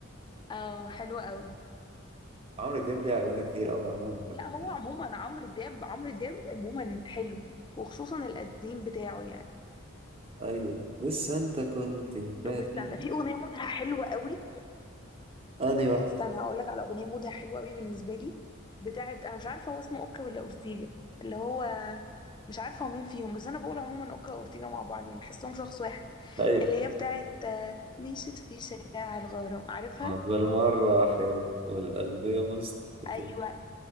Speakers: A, on the left; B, on the right.
A: اه حلوة قوي
B: عمرو دياب ليه أغاني كتير أوي عموما بحبها.
A: لا هو عموما عمرو دياب عمرو دياب عموما حلو وخصوصا القديم بتاعه يعني
B: أيوه لسه أنت كنت فاكر
A: طب استنى في اغنية مودها حلوة قوي
B: انهي واحد
A: استنى هقول لك على اغنية مودها حلوة قوي بالنسبة لي بتاعت انا مش عارفة هو اسمه اوكا ولا اورتيجا اللي هو مش عارفة هو مين فيهم بس انا بقول عموما اوكا واورتيجا مع بعض يعني بحسهم شخص واحد
B: أي
A: اللي هي بتاعت آه، مشيت في شارع الغرام عارفها
B: بالمرة أحب والقلب مستقيم
A: ايوه